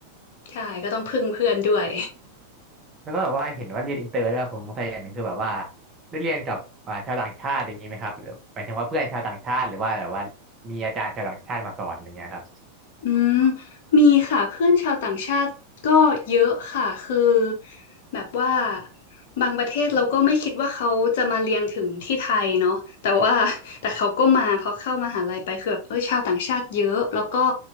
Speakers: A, on the left; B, on the right.
A: ใช่ก็ต้องพึ่งเพื่อนด้วย
B: แล้วก็แบบว่าเห็นว่าเรียนอินเตอร์แล้วยผมสงสัยอย่างหนึ่งคือแบบว่าได้เรียนกับอ่าชาวต่างชาติอย่างนี้ไหมครับหรือหมายถึงว่าเพื่อนชาวต่างชาติหรือว่าแบบว่ามีอาจารย์ชาวต่างชาติมาสอนอย่างเงี้ยครับ
A: อืมมีค่ะเพื่อนชาวต่างชาติก็เยอะค่ะคือแบบว่าบางประเทศเราก็ไม่คิดว่าเขาจะมาเรียนถึงที่ไทยเนาะแต่ว่าแต่เขาก็มาพอเข้ามหาลัยไปคือแบบเออชาวต่างชาติเยอะแล้วก็